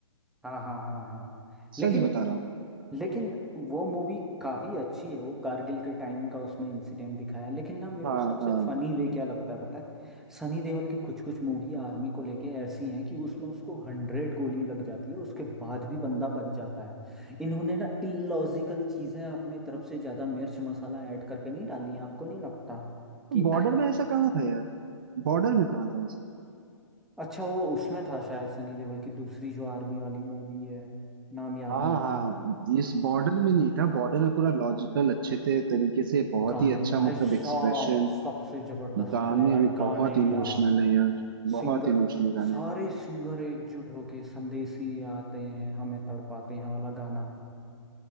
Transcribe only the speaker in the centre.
हाँ हाँ हाँ हाँ लेकिन
लेकिन वो मूवी काफी अच्छी है वो कारगिल के टाइम का उसमें इंसिडेंट दिखाया है लेकिन ना मेरे
को सबसे
फनी वे क्या लगता है पता है सनी देओल की कुछ कुछ मूवी आर्मी को लेके ऐसी हैं कि उसमें उसको हंड्रेड गोली लग जाती है उसके बाद भी बंदा बच जाता है इन्होंने ना इलॉजिकल चीजें अपने तरफ से ज्यादा मिर्च मसाला ऐड करके नहीं डाली हैं आपको नहीं लगता कि
act-
अच्छा वो उसमें था शायद सनी देओल की दूसरी जो आर्मी वाली मूवी है नाम याद
नहीं आ
रहा
गाने
भाई
साहब
सबसे जबरदस्त
तो यार
गाने
यार
सिंगर
सारे
सिंगर एकजुट होके संदेशी आते हैं हमें तड़पाते हैं वाला गाना